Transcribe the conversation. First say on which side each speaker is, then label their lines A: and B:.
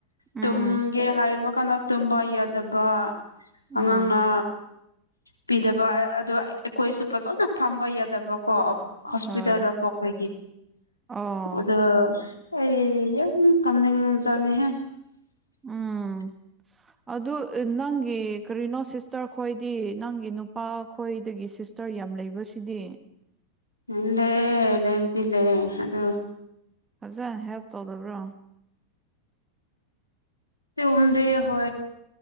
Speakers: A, on the right; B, on the left.
A: ꯎꯝ
B: ꯇꯨꯝꯒꯦ ꯍꯥꯏꯕ ꯀꯥꯟꯗ ꯇꯨꯝꯕ ꯌꯥꯗꯕ
A: ꯎꯝ
B: ꯑꯉꯥꯡꯅ ꯄꯤꯗꯕ ꯑꯗ ꯑꯩꯈꯣꯏꯁꯨ ꯐꯖꯅ ꯐꯝꯕ ꯌꯥꯗꯕꯀꯣ ꯍꯣꯁꯄꯤꯇꯥꯜꯗꯄꯣꯛꯕꯦ
A: ꯍꯣꯏ ꯑꯣ
B: ꯑꯗꯨꯗ ꯑꯩ ꯌꯥꯝ ꯀꯥꯅꯤꯡ ꯅꯨꯡꯖꯥꯅꯤꯍꯦ <inaudible>
A: ꯎꯝ ꯑꯗꯨ ꯅꯪꯒꯤ ꯀꯔꯤꯅꯣ ꯁꯤꯁꯇꯔ ꯈꯣꯏꯗꯤ ꯅꯪꯒꯤ ꯅꯨꯄꯥ ꯈꯣꯏꯗꯒꯤ ꯁꯤꯁ ꯗꯇꯔ ꯌꯥꯝ ꯂꯩꯕꯁꯤꯗꯤ
B: ꯎꯝ ꯂꯩꯑ ꯂꯩꯕꯨꯗꯤ ꯂꯩꯦ ꯑꯗꯨ
A: ꯐꯖꯅ ꯍꯦꯜꯞ ꯇꯧꯗꯕ꯭ꯔꯣ
B: ꯎꯝꯗꯦ ꯍ